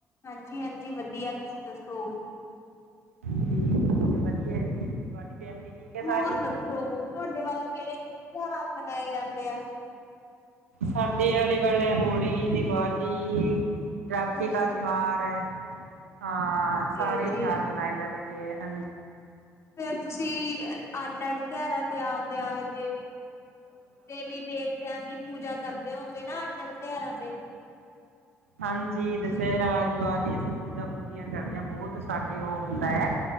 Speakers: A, on the left (about 40°); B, on the right (about 85°).
A: ਹਾਂਜੀ- ਹਾਂਜੀ ਵਦੀਆ, ਤੁਸੀਂ ਦੱਸੋ
B: ਜੀ ਠੀਕ ਹੈ, ਵਦੀਆ ਐ ਜੀ ਤੁਹਾਡੀ ਫੈਮਿਲੀ ਠੀਕ ਹੈ
A: ਹੋਰ
B: ਸਾਰੀ
A: ਦੱਸੋ, ਤੁਹਾਡੇ ਵੱਲ ਕਿਹੜੇ ਤਿਉਹਾਰ ਮਨਾਏ ਜਾਂਦੇ ਆ
B: ਸਾਡੇ ਆਲੇ ਵਲ ਹੋਲੀ ਦੀਵਾਲੀ ਰਾਖੀ
A: ਹਾਂਜੀ।
B: ਕਾ ਤਿਉਹਾਰ ਹਾਂ
A: ਠੀਕ
B: ਸਾਰੇ
A: ਹੈ ਜੀ,
B: ਤਿਉਹਾਰ ਮਨਾਏ ਜਾਂਦੇ ਐ ਹਾਂਜੀ
A: ਫੇਰ ਤੁਸੀਂ ਅਡ-ਅਡ ਤਿਉਹਾਰਾਂ ਆਵਦੇ ਆਵਦੇ ਦੇਵੀ ਦੇਵੀ ਦੇਵ ਤਿਆਂ ਦੀ ਪੂਜਾ ਕਰਦੇ ਹੋਗੇ ਨਾ ਅੱਡ-ਅੱਡ ਤਿਉਹਾਰਾਂ ਤੇ
B: ਹਾਂਜੀ, ਦੁਸਹਿਰਾ ਦੀਵਾਲੀ ਅਸੀਂ ਪੂਜਾ ਪੂਰੀਆਂ ਕਰਦੇ ਆ ਬਹੁਤ ਸਾਡੇ ਉਹ ਹੁੰਦਾ ਐ